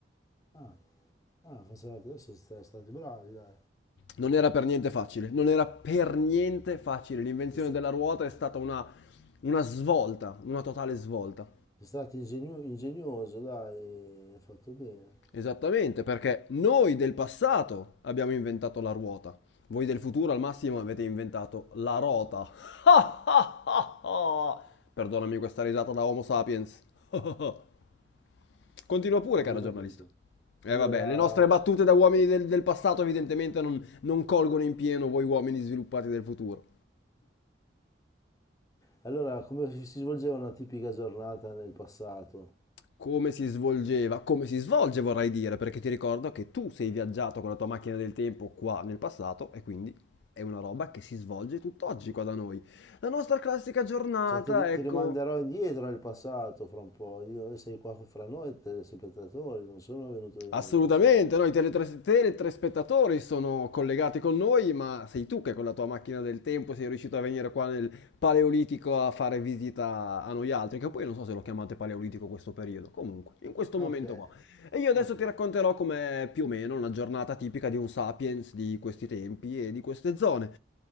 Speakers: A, on the left; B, on the left.
A: Ah, ah facevate, adesso siete stati bravi, dai.
B: Non era per niente facile, non era per niente facile. L'invenzione
A: Siete sta-
B: della ruota è stata una, una svolta, una totale svolta.
A: siete stati ingegno- ingegnoso, dai, hai fatto bene.
B: Esattamente, perché noi del passato abbiamo inventato la ruota. Voi del futuro al massimo avete inventato la rota. <laughs> Perdonami questa risata da Homo sapiens. <laughs> Continua pure,
A: Non
B: caro
A: l'ho capito.
B: giornalista. Eh
A: Allora,
B: vabbè, le nostre battute da uomini del, del passato evidentemente non, non colgono in pieno voi uomini sviluppati del futuro.
A: allora, come si svolgeva una tipica giornata nel passato?
B: Come si svolgeva, come si svolge vorrei dire, perché ti ricordo che tu sei viaggiato con la tua macchina del tempo qua nel passato e quindi è una roba che si svolge tutt'oggi qua da noi. La nostra classica giornata,
A: Cioè, ti, ri- ti
B: ecco,
A: rimanderò indietro nel passato fra un po'. Io sei qua fra noi, telespettatori, non sono venuto io
B: Assolutamente,
A: nel passato.
B: noi teletres- teletraspettatori sono collegati con noi, ma sei tu che con la tua macchina del tempo sei riuscito a venire qua nel Paleolitico a fare visita a noi altri, che poi non so se lo chiamate Paleolitico questo periodo, comunque, in questo momento
A: Ok,
B: qua. E io adesso
A: ok.
B: ti racconterò com'è più o meno una giornata tipica di un sapiens di questi tempi e di queste zone.